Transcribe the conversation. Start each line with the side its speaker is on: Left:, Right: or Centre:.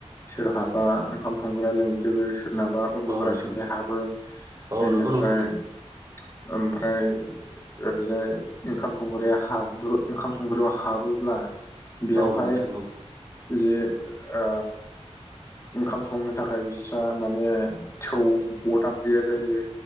Left: सोरहाबा ओंखाम संग्रा लोंजोबो सोरनाबा उन्दुग्रा
Right: औ नोंथां
Left: सिन्थाय हाबो
Right: औ
Left: एनिफ्राय
Right: नंगौ नोंथां
Left: ओमफ्राय ओरैजाय ओंखाम संग्राया हाबो ओंखाम संग्रायाव हाबोब्ला बेयावहाय
Right: औ नोंथां औ
Left: जे ओ ओंखाम संनो थाखाय बि माने थौ अरदाब गैया जायो
Right: औ